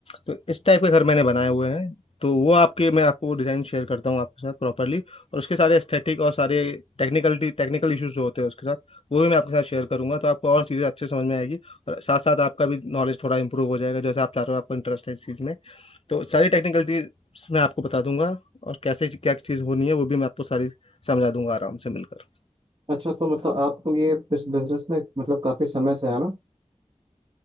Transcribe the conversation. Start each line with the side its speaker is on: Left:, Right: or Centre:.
Left: तो इस टाइप के घर मैंने बनाए हुए हैं तो वो आपके मैं आपको डिज़ाइन शेयर करता हूँ आपके साथ प्रॉपरली और उसके सारे एस्थेटिक और सारे टेक्निकल टेक्निकल इश्यूज जो होते हैं उसके साथ वो भी मैं आपके साथ शेयर करूंगा तो आपको और चीज़ें अच्छे समझ में आएगी और साथ साथ आपका भी नॉलेज थोड़ा इंप्रूव हो जाएगा जैसे आप चाह रहे हो आपको इंटरेस्ट है इस चीज़ में तो सारी टेक्निकलिटीज मैं आपको बता दूंगा और कैसे क्या चीज़ होनी है वो भी मैं आपको सारी समझा दूंगा आराम से मिलकर
Right: अच्छा तो मतलब आपको ये इस बिजनेस में मतलब काफी समय से है ना